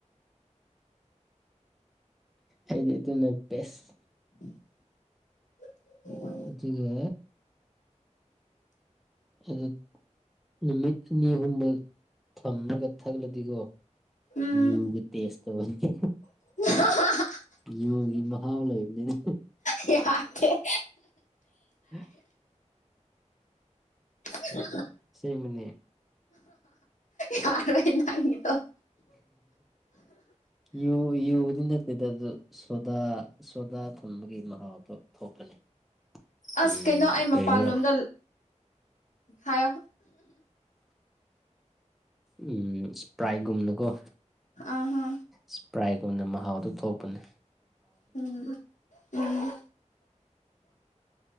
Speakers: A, in the centre; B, on the left.
A: ꯑꯩꯗꯤ ꯑꯗꯨꯅ ꯕꯦꯁ
B: <inaudible>
A: ꯑꯗꯨꯒ ꯑꯗꯨ ꯅꯨꯃꯤꯠ ꯑꯅꯤ ꯑꯍꯨꯝꯔꯛ ꯊꯝꯂꯒ ꯊꯛꯂꯗꯤꯀꯣ
B: ꯎꯝ
A: ꯌꯨꯒꯤ ꯇꯦꯁ ꯇꯧꯕꯅꯤ
B: <inaudible>
A: ꯌꯨꯒꯤ ꯃꯍꯥꯎ ꯂꯩꯕꯅꯤꯅ
B: ꯌꯥꯔꯦ
A: <inaudible>
B: <inaudible>
A: ꯁꯦꯡꯕꯅꯦ
B: ꯌꯥꯔꯦ ꯅꯪꯒꯤꯗꯣ
A: ꯌꯨꯨ ꯌꯨꯗꯤ ꯅꯠꯇꯦꯗ ꯑꯗꯨ ꯁꯣꯗꯥ ꯁꯣꯗꯥ ꯊꯝꯕꯒꯤ ꯃꯍꯥꯎ ꯗꯣ ꯊꯣꯛꯄꯅꯦ ꯎꯝ
B: ꯑꯁ ꯀꯩꯅꯣ ꯑꯩ
A: ꯀꯩꯅꯣ
B: ꯃꯄꯥꯟꯂꯣꯝꯗ ꯍꯥꯏꯌꯣ
A: ꯎꯝ ꯁꯄ꯭ꯔꯥꯏ ꯒꯨꯝꯅꯒꯣ
B: ꯑ ꯍ
A: ꯁꯄ꯭ꯔꯥꯏꯒꯨꯝꯅ ꯃꯍꯥꯎꯗꯨ ꯊꯣꯛꯄꯅꯤ
B: ꯎꯝ ꯎꯝ